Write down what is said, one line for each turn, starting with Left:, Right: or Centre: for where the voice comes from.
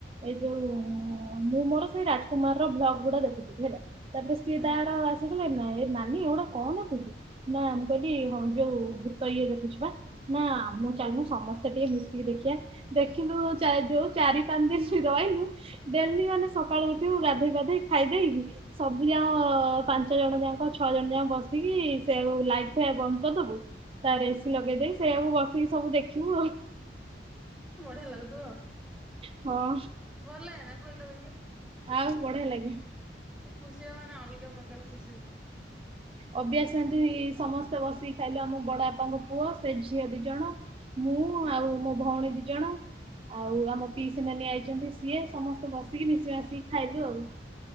Right: ଏଇ ଯୋଉ ମୁଁ ମୋର ସେଇ ରାଜକୁମାର ର ବ୍ଲଗ୍ ଗୁଡା ଦେଖୁଥିଲି ହେଲା। ତାପରେ ସିଏ
Centre: ହୁଁ
Right: ତାର ଆସିଗଲାଣି ନା ଏ ନାନୀ ଏଗୁଡା କଣ ଦେଖୁଛୁ? ନା ମୁଁ କହିଲି ହଁ ଯୋଉ ଭୂତ ଇଏ ଦେଖୁଛୁ ବା। ନା ମୁଁ ଚାଲନୁ ସମସ୍ତେ ଟିକେ ମିଶିକି ଦେଖିବା ଦେଖିଲୁ ଚା ଯୋଉ ଚାରି ପାଞ୍ଚ ଦିନ ରହିଲୁ ଡେଲି ମାନେ ସକାଳୁ ଉଠିବୁ ଗାଧୋଇ ପାଧେଇ ଖାଇଦକି ସବୁ ଯାଁ ପାଞ୍ଚ ଜଣ ଯାକ ଛଅ ଜଣ ଯାକ ବସିକି ସେ ଲାଇଟ୍ ଫ୍ୟାନ୍ ବନ୍ଦ କରଦବୁ ତାପରେ ଏସିି
Centre: ହୁଁ
Right: ଲଗେଇଦେଇ ସେଆକୁ ବସିକି ସବୁ ଦେଖିବୁ ଆଉ।
Centre: ବଢିଆ ଲାଗୁଥୁବ ଆଉ।
Right: ହଁ।
Centre: ଭଲ ଲାଗେନା କହିଲା ଦେଖିଆ
Right: ଆଉ ବଢିଆ ଲାଗେ
Centre: ସେ ଖୁସି ହବ ମାନେ ଅଲ ଗା ପ୍ରକାର ଖୁସି ହେବେ।
Right: ଅଭ୍ୟାସ ଏନ୍ତି ସମସ୍ତେ ବସିକି ଖାଇଲୁ ଆମ ବଡ ବାପାଙ୍କ ପୁଅ ସେ ଝିଅ ଦି ଜଣ ମୁଁ
Centre: <inaudible>
Right: ଆଉ ମୋ ଭଉଣୀ ଦିଇ ଜଣ। ଆଉ ଆମ ପିଇସି ନାନୀ ଆଇଚନ୍ତି ସିଏ ସମସ୍ତେ ବସିକି ମିଶି ମାଶିକି ଖାଇଲୁ ଆଉ।